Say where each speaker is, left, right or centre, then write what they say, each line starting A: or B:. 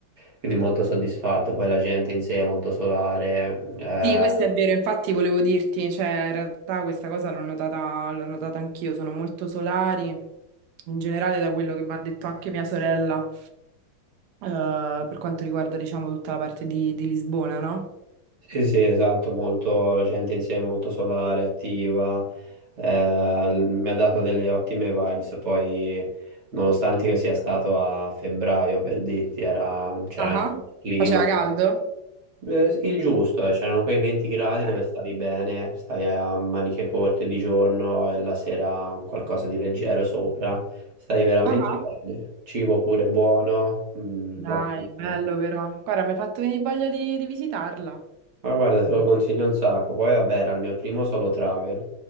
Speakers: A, on the right; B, on the right.
A: quindi molto soddisfatto. Poi la gente in sé è molto solare, eh,
B: Sì, questo è vero, infatti volevo dirti, cioè in realtà questa cosa l'ho notata, l'ho notata anch'io, sono molto solari, in generale da quello che mi ha detto anche mia sorella, eh, per quanto riguarda diciamo tutta la parte di, di Lisbona, no?
A: Sì, sì, esatto, molto, la gente in sé è molto solare, attiva, eh, l- mi ha dato delle ottime vibes, poi nonostante io sia stato a febbraio, per dirti, era- c'era
B: Ah,
A: anche il clima,
B: faceva caldo?
A: eh, il giusto, eh, c'erano quei 20 gradi
B: Ok.
A: dove stavi bene, stavi a maniche corte di giorno e la sera un qualcosa di leggero sopra, stavi veramente
B: Ah,
A: bene, cibo pure buono, mm,
B: dai,
A: ottimo.
B: bello però. Guarda, mi hai fatto venire voglia di, di visitarla.
A: Ma guarda, te lo consiglio un sacco. Poi, vabbè, era il mio primo solo travel.